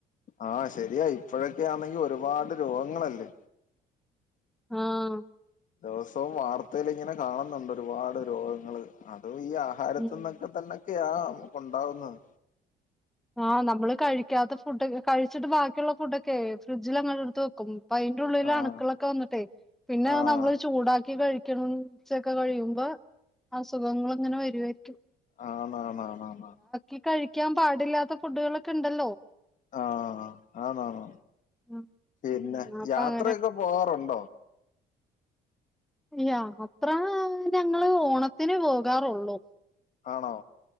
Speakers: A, on the left; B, in the centre.
A: ആഹ് ശരിയാ ഇപ്പോഴൊക്കെയാണെങ്കി ഒരുപാട് രോഗങ്ങളല്ലേ
B: ആഹ്
A: ദിവസവും വാർത്തയിൽ ഇങ്ങനെ കാണുന്നുണ്ട് ഒരുപാട് രോഗങ്ങൾ അതും ഈ ആഹാരത്തിന്നൊ
B: ഉം
A: ക്കെ തന്നൊക്കെയാ ഉണ്ടാവുന്നത്
B: ആഹ് നമ്മൾ കഴിക്കാത്ത ഫുഡൊക്കെ കഴിച്ചിട്ട് ബാക്കിയുള്ള ഫുഡൊക്കെ ഫ്രിഡ്ജിൽ അങ്ങട്ട് എടുത്ത് വെയ്ക്കും അപ്പ അയ്ന്റെ ഉള്ളിലെ
A: ആഹ്
B: അണുക്കളൊക്കെ വന്നിട്ടെ പിന്നെണ്
A: ആഹ്
B: നമ്മൾ ചൂടാക്കി കഴിക്കണ കഴിച്ചൊക്കെ കഴിയുമ്പോ അസുഖങ്ങൾ ഇങ്ങനെ വരുവായിരിക്കും.
A: ആന്ന് ആന്നാ ആന്നാ ആഹ്
B: ഇ കഴിക്കാൻ പാടില്ലാത്ത ഫുഡുകളൊക്കെണ്ടല്ലോ
A: ആഹ് ആണാണോ
B: ഉം
A: പിന്നെ
B: ഉം അപ്പൊ
A: യാത്രയൊക്കെ
B: അങ്ങനെ
A: പോവാറുണ്ടോ
B: യാത്ര ഞങ്ങള് ഓണത്തിന് പോകാറൊള്ളൂ
A: ആണോ